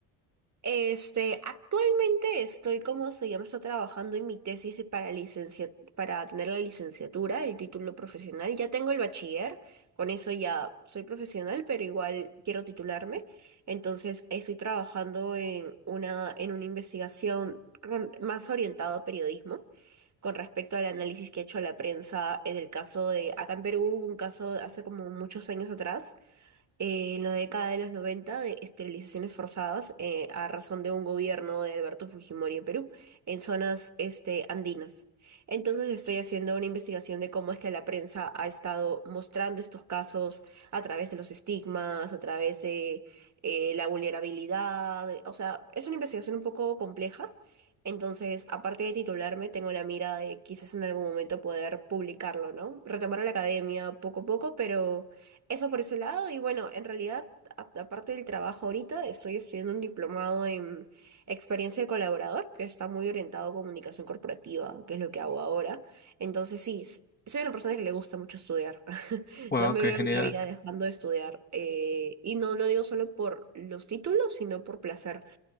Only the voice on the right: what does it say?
Este, actualmente estoy, como se llama, estoy trabajando en mi tesis y para licencia, para tener la licenciatura, el título profesional. Ya tengo el bachiller, con eso ya soy profesional, pero igual quiero titularme. Entonces, estoy trabajando en una, en una investigación con- más orientada a periodismo con respecto al análisis que ha hecho la prensa en el caso de, acá en Perú hubo un caso hace como muchos años atrás eh, en la década de los noventa de esterilizaciones forzadas eh, a razón de un gobierno de Alberto Fujimori en Perú, en zonas este, andinas. Entonces estoy haciendo una investigación de cómo es que la prensa ha estado mostrando estos casos a través de los estigmas, a través de eh, la vulnerabilidad. O sea, es una investigación un poco compleja. Entonces, aparte de titularme, tengo la mira de quizás en algún momento poder publicarlo, ¿no? Retomar a la academia poco a poco, pero eso por ese lado, y bueno, en realidad, a- aparte del trabajo ahorita, estoy estudiando un diplomado en experiencia de colaborador, que está muy orientado a comunicación corporativa, que es lo que hago ahora. Entonces, sí, s- soy una persona que le gusta mucho estudiar. <laughs>
No me
veo
una vida dejando de estudiar. eh, y no lo digo solo por los títulos, sino por placer.